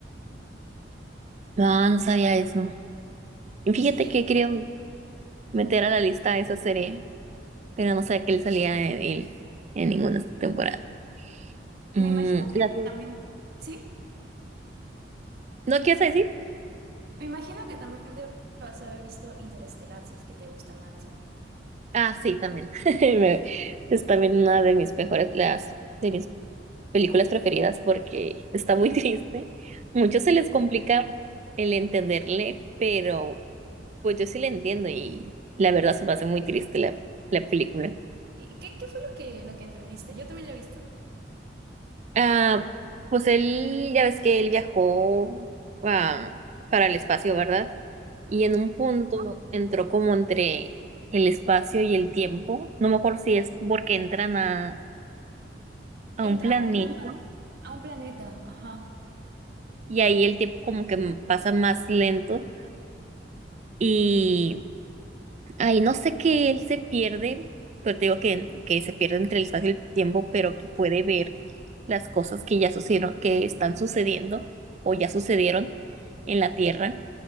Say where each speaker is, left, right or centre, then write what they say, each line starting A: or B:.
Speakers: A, on the right (about 40°); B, on the right (about 60°).
A: No, no sabía eso. Y fíjate
B: Sí,
A: que quería meter a la lista esa serie, pero no sabía que él salía en él en ninguna temporada.
B: me
A: Mm,
B: imagino que
A: la
B: también, sí,
A: ¿No quieres decir?
B: me imagino que también debas haber visto Interestelar si es que te gusta, Matthew.
A: Ah, sí, también. <laughs> Me- Es también una de mis mejores, las de mis películas preferidas porque está muy <laughs> triste. Muchos se les complica el entenderle, pero pues yo sí le entiendo y la verdad se me hace muy triste la, la película.
B: ¿Y ¿Qué, qué fue lo que, lo que entendiste? Yo también lo he visto.
A: Ah, pues él, ya ves que él viajó ah, para el espacio, ¿verdad? Y en un punto entró como entre el espacio y el tiempo. No me acuerdo si es porque entran a, a
B: Entra
A: un planeta
B: a, una- a un planeta, ajá.
A: y ahí el tiempo como que pasa más lento Y ahí no sé que él se pierde, pero te digo que, que se pierde entre el espacio y el tiempo, pero que puede ver las cosas que ya sucedieron, que están sucediendo o ya sucedieron en la Tierra,